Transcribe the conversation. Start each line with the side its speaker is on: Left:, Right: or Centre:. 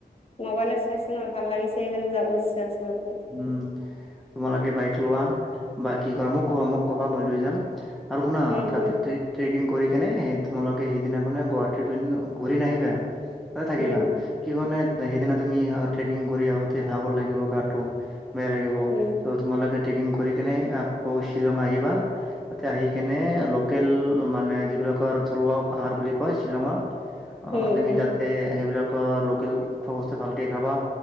Left: মোবাইলত চাই নহয় ভাল লাগিছে সেইকাৰণ যাব ইচ্ছা আছে তাতে
Centre: উম, তোমালকে বাইক লোৱা বা কি কৰা মোক কবা মোক ক'বা মই লৈ যাম আৰু শুনা
Left: উম
Centre: তাতে ট্ৰেকিং কৰি কেনে সেই তোমালোকে সেইদিনাখনে গুৱাহাটীৰ পিন্ ঘূৰি নাহিবা তাতে থাকিবা
Left: হুম
Centre: কিহনে সেইদিনা তুমি ট্ৰেকিং কৰি আহোতে ভাগৰ লাগিব গাটো বেয়া লাগিব
Left: উম
Centre: ত' তোমালোকে ট্ৰেকিং কৰি কেনে টো শ্বিলং আহিবা তাতে আহি কিনে লোকেল মানে যিবিলাকৰ থলুৱা বুলি কয় শ্বিলঙৰ অ
Left: উম উম
Centre: তুমি
Left: হুম
Centre: তাতে সেইবিলাক ত লোকেল খোৱা বস্তু ভালকে খাবা।